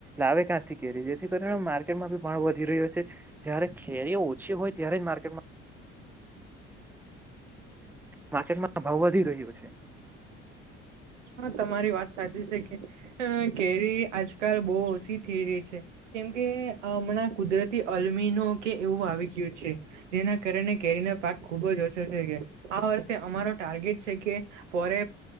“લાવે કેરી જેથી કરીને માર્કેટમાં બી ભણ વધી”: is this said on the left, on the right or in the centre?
Centre